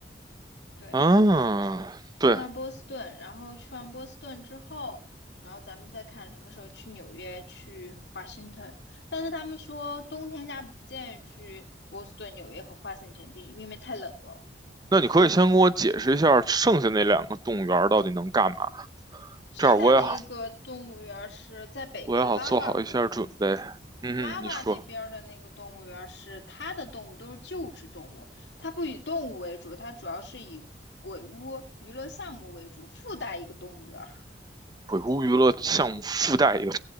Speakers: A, on the left; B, on the right.
A: 对，
B: 啊，
A: 去趟波士顿，
B: 对，
A: 然后去完波士顿之后，然后咱们再看什么时候去纽约、去华盛顿。但是他们说冬天家不建议去波士顿、纽约和华盛顿比因为太冷了。
B: 那你可以先给我解释一下剩下那两个动物园到底能干嘛，
A: 剩下的一个动物园儿是在北边，Lava
B: 这样我也好，我也好做好一下准备。
A: 旁，对，Lava
B: 嗯哼，你说。
A: 那边儿的那个动物园儿是它的动物都是救治动物，它不以动物为主，它主要是以鬼屋娱乐项目为主，附带一个动物园儿
B: 鬼谷娱乐项目附带一个